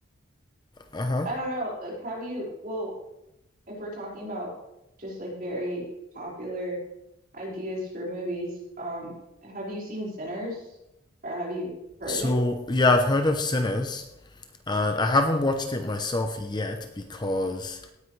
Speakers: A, on the left (about 20°); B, on the right (about 45°).
A: uh huh.
B: I don't know. Like, have you? Well, if we're talking about just like very popular ideas for movies, um, have you seen Sinners? Or have you heard
A: So
B: of it?
A: yeah, I've heard of Sinners, and I haven't watched it myself yet because